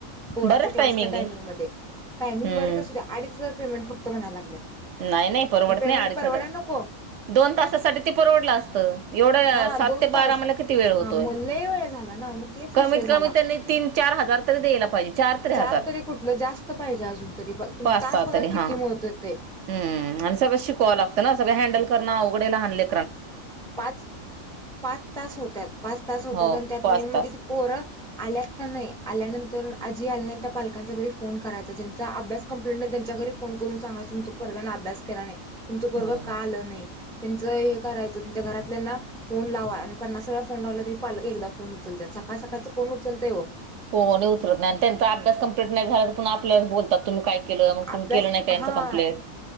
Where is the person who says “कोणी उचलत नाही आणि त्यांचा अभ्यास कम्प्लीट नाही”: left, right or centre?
Right